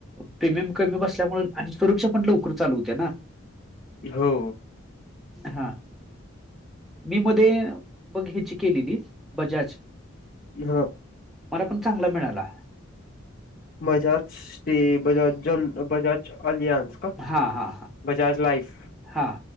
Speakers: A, in the centre; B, on the left.
A: प्रीमियम कमी बसल्यामुळे आणि सुरक्षा पण लवकर चालू होते ना
B: हो
A: हा मी मध्ये मघ ह्याची केलेली बजाज
B: ह
A: मला पण चांगला मिळाला
B: बजाज स्ट बजाज बजाज अलियानस
A: हा, हा
B: चार्ज लाईफ
A: हा